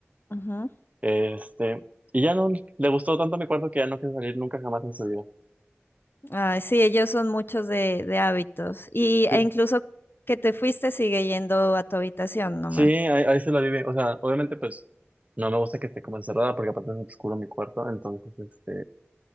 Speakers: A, on the left; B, on the right.
A: Ujú.
B: Este, y ya no le gustó tanto mi cuarto que ya no quiso salir nunca jamás en su vida.
A: Ay, sí, ellos son muchos de, de hábitos. Y,
B: Sí,
A: e incluso que te fuiste sigue yendo a tu habitación nomás.
B: sí, ahí, ahí se la vive. O sea, obviamente, pues, no me gusta que esté como encerrada porque aparte es oscuro mi cuarto. Entonces, este,